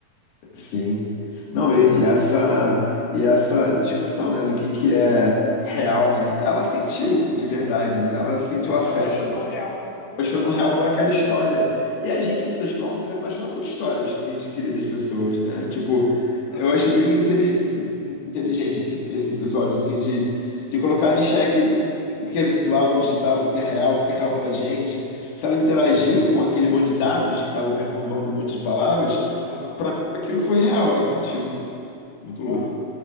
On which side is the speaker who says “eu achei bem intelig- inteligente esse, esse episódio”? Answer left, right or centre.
Left